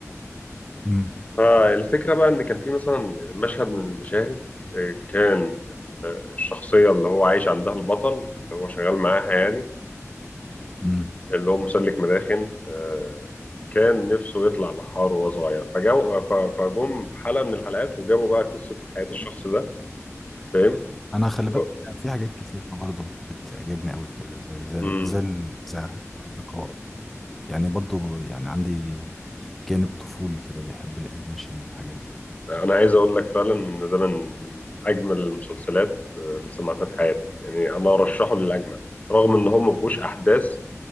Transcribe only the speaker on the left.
آه الفكرة بقى إن كان في مثلا مشهد من المشاهد آه، كان آه، الشخصية اللي هو عايش عندها البطل اللي هو شغال معاها يعني
اللي هو مسلك مداخن آه، كان نفسه يطلع بحار وهو صغير فجو ف- فجم في حلقة من الحلقات وجابوا بقى قصة حياة الشخص ده فاهم؟
و-
مم.
أنا عايز أقول لك فعلا إن ده من من أجمل المسلسلات آه، اللي سمعتها في حياتي يعني أنا أرشحه للأجمل رغم إن هو ما فيهوش أحداث